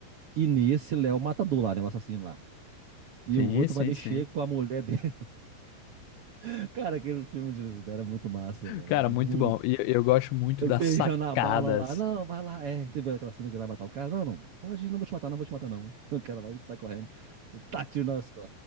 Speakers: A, on the right (about 75°); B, on the left (about 85°).
A: E nesse, ele é o matador lá, né? O assassino lá. E
B: Sim,
A: o outro
B: sim,
A: vai mexer
B: sim.
A: com a mulher dele. <laughs> Cara, aquele filme de Lisbela é muito massa, velho.
B: Cara,
A: Muito
B: muito bom. E eu, eu gosto muito
A: Eu
B: das
A: beijando
B: sacadas.
A: a bala lá. Não, vai lá. É, você viu aquela cena que ele vai matar o cara? Não, não. Pode ir, não vou te matar, não vou te matar, não. <laughs> O cara vai e sai correndo. Ele Tá tiro nas, co-